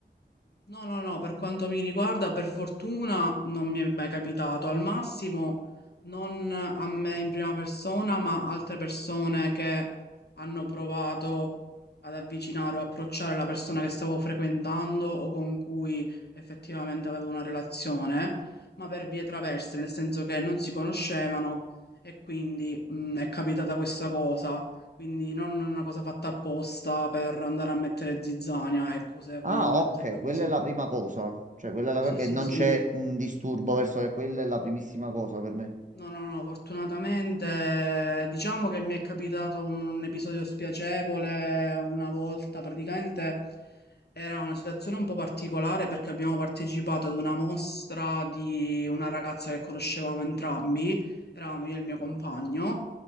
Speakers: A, on the left; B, on the right.
A: No, no, no, per quanto mi riguarda, per fortuna non mi è mai capitato. Al massimo, non a me in prima persona, ma altre persone che hanno provato ad avvicinare o approcciare la persona che stavo frequentando o con cui effettivamente avevo una relazione, ma per vie traverse, nel senso che non si conoscevano e quindi mh, è capitata questa cosa. Quindi non una cosa fatta apposta per andare a mettere zizzania, ecco, se vogliamo
B: Ah,
A: metterla
B: ok,
A: così.
B: quella è la prima cosa. Cioè, quella è la...
A: Sì,
B: che
A: sì,
B: non
A: sì,
B: c'è un disturbo verso... Quella è la primissima cosa per me.
A: No, no, no, fortunatamente eh, diciamo che mi è capitato un episodio spiacevole una volta, praticamente era una situazione un po' particolare perché abbiamo partecipato ad una mostra di una ragazza che conoscevamo entrambi, eravamo io e il mio compagno,